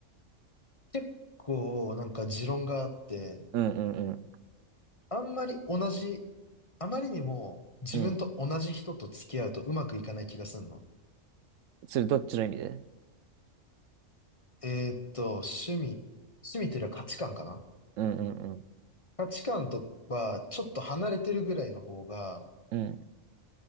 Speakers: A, on the left; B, on the right.
A: 結構、なんか持論があって、
B: うんうんうん。
A: あんまり同じ、あまりにも自分と同じ人と付き合うとうまくいかない気がするの。
B: うん。それどっちの意味で
A: えーっと、趣味。趣味というよりは価値観かな。
B: うんうんうん。
A: 価値観とは、ちょっと離れてるぐらいの方が、
B: うん。